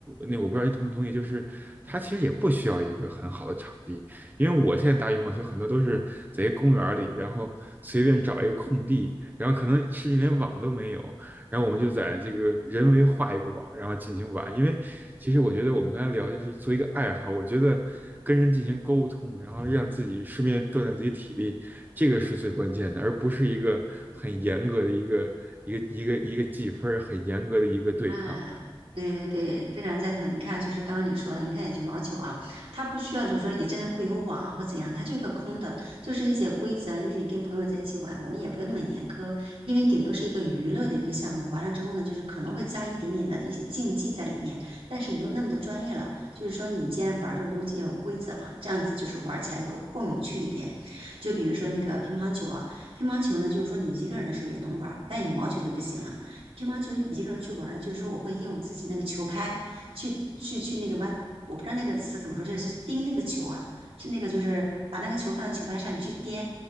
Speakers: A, on the right; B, on the right.
A: 那我不知道你同不同意，就是它其实也不需要一个很好的场地，因为我现在打羽毛球很多都是在一个公园里，然后随便找一个空地，然后可能甚至连网都没有。然后我们就在这个人为画一个网，然后进行玩。因为其实我觉得我们刚才聊就是做一个爱好，我觉得跟人进行沟通，然后让自己顺便锻炼自己体力，这个是最关键的，而不是一个很严格的一个一个一个一个计分很严格的一个对抗。
B: 嗯，对对对，非常赞同。你看，就是刚刚你说的，你看羽毛球啊，它不需要就是说也真的会有网啊或怎样，它就一个空的，就是一些规则啊因为你跟朋友在一起玩，我们也不用那么严苛，因为顶多是一个娱乐的一个项目。完了之后呢，就是可能会加一点点的一些竞技在里面，但是没有那么的专业了。就是说，你既然玩这个东西要有规则嘛，这样子就是玩起来更更有趣一点。就比如说那个乒乓球啊，乒乓球呢，就是说你一个人的时候也能玩儿，但羽毛球就不行了。乒乓球一个人去玩儿呢，就是说我会用自己那个球拍去去去那个嘛，我不知道那个词怎么说，是是钉那个球啊，是那个就是把那个球放在球拍上，你去颠